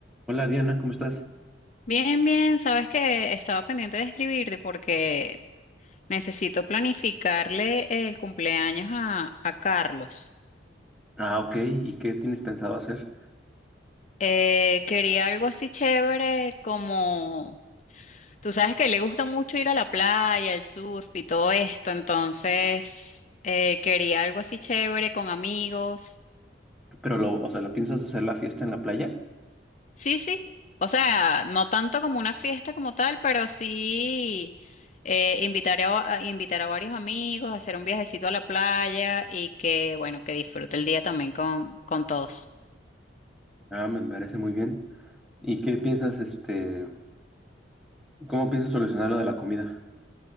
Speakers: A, in the centre; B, on the left.
A: Hola Diana, ¿cómo estás?
B: Bien, bien, sabes que estaba pendiente de escribirte porque necesito planificarle el cumpleaños a, a Carlos.
A: Ah, ok, ¿y qué tienes pensado hacer?
B: Eh, quería algo así chévere como, tú sabes que le gusta mucho ir a la playa, el surf y todo esto, entonces eh, quería algo así chévere con amigos.
A: Pero lo, o sea, ¿la piensas hacer la fiesta en la playa?
B: Sí, sí. O sea, no tanto como una fiesta como tal, pero sí eh, invitar a, a- invitar a varios amigos, hacer un viajecito a la playa y que, bueno, que disfrute el día también con, con todos.
A: Ah, me parece muy bien. ¿Y qué piensas, este, cómo piensas solucionar lo de la comida?